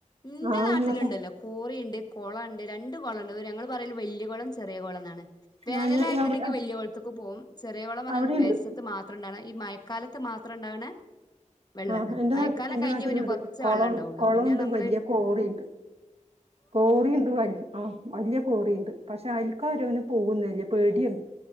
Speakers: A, on the left; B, on the right.
A: എന്റെ
B: ആഹ്
A: നാട്ടിലുണ്ടല്ലോ
B: എന്നൊക്കെ
A: കോറിയുണ്ട് കുളം ഉണ്ട് രണ്ട് കൊളണ്ട് അത് ഞങ്ങ പറയല് വലിയ കുളം ചെറിയ കുളം എന്നാണ് വേനലായിട്ടുണ്ടെങ്കിൽ
B: ഞാന് അവിടെ
A: വലിയ കുളത്തേക്ക് പോവും ചെറിയ കുള ന്ന്‌ പറഞ്ഞ
B: അവിടെയുണ്ട്
A: വര്ഷത് മാത്രം മാത്രംണ്ടാണ് ഈ മഴക്കാലത്ത് മാത്രം ഉണ്ടാവണ വെള്ളാണ്
B: ആഹ് എന്റെ
A: മഴക്കാലം
B: നാട്ട എന്റെ
A: കഴിഞ്ഞ്
B: നാട്ടിലുണ്ട്
A: പിന്നെ കുറച്ചേ
B: കുള
A: വെള്ളം ഉണ്ടാവുള്ളൂ
B: കുളംണ്ട്
A: പിന്നെ നമ്മള്
B: വലിയ കോറിയുണ്ട് കോറിയുണ്ട് വല്ല് ആഹ് വലിയ കോറിയുണ്ട് പക്ഷെ അയൽക്കാരങ്ങനെ പോകുന്നില്ല പേടിയാണ്